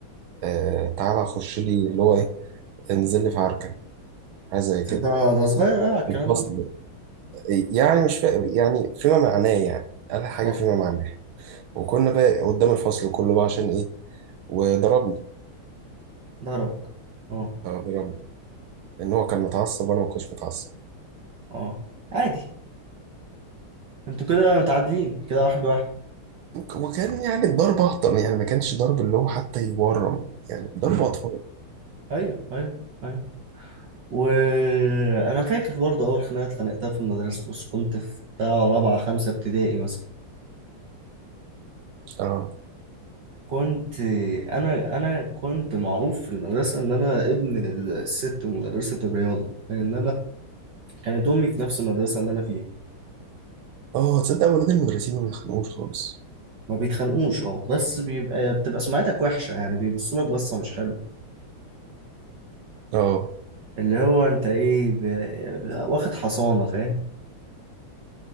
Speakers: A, on the right; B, on the right.
A: آه تعالى خش لي اللي هو ايه انزل لي في عركه حاجه زي كده
B: ده ده صغير قوي على الكلام
A: في الفصل يعني مش فاهم يعني فيما معناه يعني قال حاجه
B: ده
A: فيما معناه وكنا بقى قدام الفصل كله بقى عشان ايه وضربني
B: ضربك اه
A: اه ضربني ان هو كان متعصب وانا ما كنتش متعصب
B: اه عادي انتوا كده متعادلين كده واحد واحد
A: وكان يعني الضرب أهطل يعني ما كانش ضرب اللي هو حتى يورم يعني ضرب
B: آه.
A: مم. أطفال
B: ايوه ايوه ايوه وانا فاكر برضه اول خناقه اتخانقتها في المدرسه بس كنت في بتاع رابعه خمسه ابتدائي مثلا
A: اه
B: كنت انا انا كنت معروف في المدرسه ان انا ابن الست مدرسه الرياضه لان انا كانت امي في نفس المدرسه اللي انا فيها
A: اه تصدق ولاد المدرسين ما بيخنقوش خالص
B: ما بيتخانقوش اه بس بيبقى بتبقى سمعتك وحشه يعني بيبصوا لك بصه مش حلوه
A: اه
B: اللي هو انت ايه ب... واخد حصانه فاهم